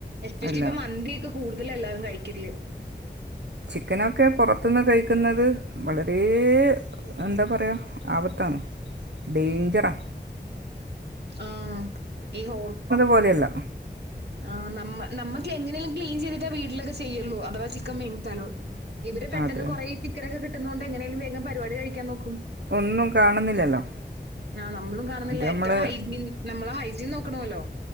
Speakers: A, on the right (about 70°); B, on the right (about 80°).
A: എച്ചെച്ചി
B: ഇല്ല
A: പ്പ മന്ത്യെക്കും കൂട്തല് എല്ലാരും കഴിക്കല്
B: ചിക്കനൊക്കെ പൊറത്ത്ന്ന് കഴിക്ക്ന്നത് വളരേ എന്താ പറയ ആപത്താണ് ഡെയ്ഞ്ചറാ
A: ആ ഇ ഹോർ <unintelligible>
B: പോലെയല്ല
A: ആ നമ്മ നമ്മക്ക് എങ്ങനേലും ക്ലീൻ ചെയ്തിട്ടാ വീട്ടിലൊക്കെ ചെയ്യ്ള്ളൂ അ അഥവാ ചിക്കൻ മെയ്ൻ തലോ ഇവര് പെട്ടെന്ന്
B: അതെ
A: കൊറേ ചിക്കൻനൊക്കെ കി ട്ട്ന്നോണ്ട് എങ്ങനേലും വേഗം പരിപാടി കഴിക്കാൻ നോക്കും
B: ഒന്നും കാണുന്നില്ലല്ലോ
A: ആ നമ്മളും കാണ്ന്നില്ലേ
B: അത് നമ്മള്
A: എത്ര ഹൈജീൻ നമ്മള് ഹൈജീൻ നോക്കണമല്ലോ